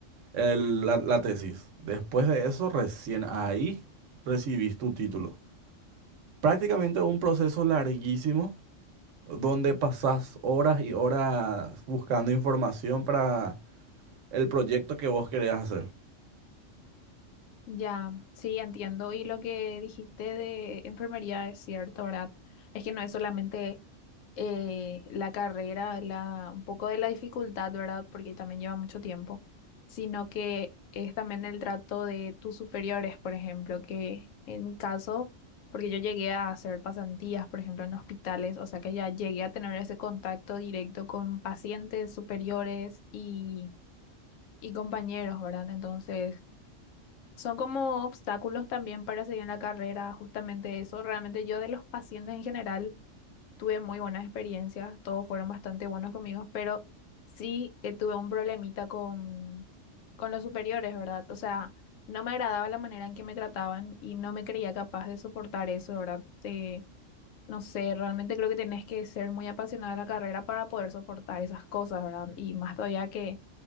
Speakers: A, on the right (about 75°); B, on the left (about 85°).
A: el- la, la tesis. Después de eso, recién ahí recibís tu título. Prácticamente un proceso larguísimo donde pasás horas y horas buscando información para el proyecto que vos querés hacer.
B: Ya, sí, entiendo. Y lo que dijiste de enfermería es cierto, ¿verdad? Es que no es solamente eh, la carrera, la, un poco de la dificultad, ¿verdad? Porque también lleva mucho tiempo, sino que es también el trato de tus superiores, por ejemplo, que en mi caso, porque yo llegué a hacer pasantías, por ejemplo, en hospitales, o sea que ya llegué a tener ese contacto directo con pacientes superiores y, y compañeros, ¿verdad? Entonces... Son como obstáculos también para seguir en la carrera, justamente eso. Realmente yo de los pacientes en general tuve muy buenas experiencias, todos fueron bastante buenos conmigo, pero sí eh, tuve un problemita con, con los superiores, ¿verdad? O sea, no me agradaba la manera en que me trataban y no me creía capaz de soportar eso, ¿verdad? Eh, no sé, realmente creo que tenés que ser muy apasionada de la carrera para poder soportar esas cosas, ¿verdad? Y más todavía que,